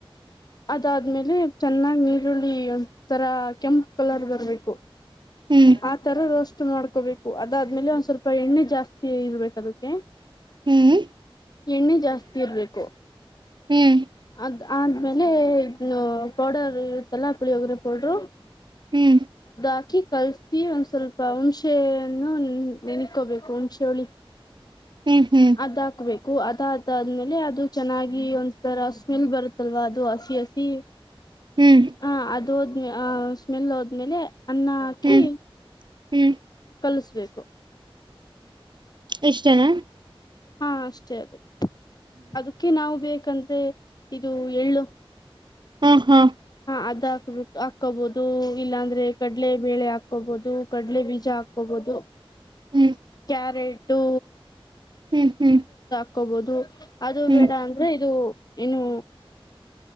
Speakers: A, on the left (about 45°); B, on the right (about 50°).
A: ಅದಾದ್ಮೇಲೆ ಚೆನ್ನಾಗಿಈರುಳ್ಳಿ ಒ ತರ ಕೆಂಪು ಕಲರ್ ಬರ್ಬೇಕು
B: ಹ್ಮ್
A: ಆ ತರ ರ ಎ ಮಾಡ್ಕೋಬೇಕು ಅದಾದ್ಮೇಲೆ ಒಂದ್ ಸ್ವಲ್ಪ ಎಣ್ಣೆ ಜಾಸ್ತಿ ಇರ್ಬೇಕು ಅದಕ್ಕೆ
B: ಹ್ಮ್
A: ಎಣ್ಣೆ ಜಾಸ್ತಿ ಇರ್ಬೇಕು
B: ಹ್ಮ್
A: ಅ ಆದ್ಮೇಲೆ ಪೌಡರ್ ಇರುತ್ತಲ್ಲ ಪುಳಿಯೋಗ್ರೆ ಪೌಡರು
B: ಹ್ಮ್
A: ಅಕಿ ಕಲ್ಸಿ ಒಂದ್ ಸ್ವಲ್ಪ ಹುಣಸೆನ್ನು ನೆನೆಕೋಬೇಕು ಹುಣಶೆ ಹುಳಿ
B: <inaudible> ಹ್ಮ್
A: ಅದ್ ಹಾಕ್ಬೇಕು ಅದದಾದ್ಮೇಲೆ ಅದು ಚೆನ್ನಾಗಿ ಒ ರಸ್್ಮೆಲ್ ಬರುತ್ತಲ್ವಾ ಅದು ಹಸಿ ಹಸಿ
B: ಹ್ಮ್
A: ಹ ಅದು ಹೋದ್ಮೇ ಆ ಸ್ಮೆಲ್ ಹೋದ್ಮೇಲೆ ಅನ್ನ ಹಾಕಿ
B: ಹ್ಮ್ ಹ್ಮ್
A: ಕಲಿಸ್ಬೇಕು
B: ಎಷ್ಟ ಜನಾ
A: ಹಾ ಅಷ್ಟೇ ಅದ ಅದಕ್ಕೆ ನಾವು ಬೇಕಂದ್ರೆ ಇದು ಎಳ್ಳು
B: ಹ್ಮ್ ಹ್ಮ್
A: ಅದ ಹಾಕ್ಬೇಕ ಹಾಕೋಬಹುದು ಇಲ್ಲಾಂದ್ರೆ ಕಡಲೆ ಬೇಳೆ ಹಾಕೋಬಹುದು ಕಡಲೆ ಬೀಜ ಹಾಕೋಬಹುದು ಅದು
B: ಹ್ಮ್
A: ಯರೆಟು
B: ಹ್ಮ್ ಹ್ಮ್
A: ಹಕೋಬಹುದು ಅದು
B: ಹ್ಮ್
A: ಬೇಡ ಅಂದ್ರೆ ಇದು ಏನು